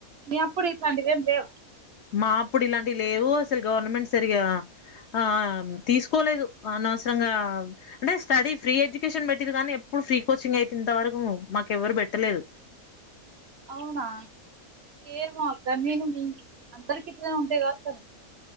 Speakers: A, on the right; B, on the left.
A: మీ అప్పుడు ఇట్లాంటివేం లేవా.
B: మాప్పుడు ఇలాంటివి లేవు అసలు గవర్నమెంట్ సరిగా ఆ తీసుకోలేదు అనవసరంగా అంటే స్టడీ ఫ్రీ ఎడ్యుకేషన్ పెట్టిది కానీ ఎప్ ప్ ఫ్రీ కోచింగ్ అయితే ఇంత వరకు మాకెవ్వరు పెట్టలేదు.
A: అవునా ఏమో అక్క నేను మీ అందరుకి ఇట్లే ఉంటాయ్ కావొచ్చు అన్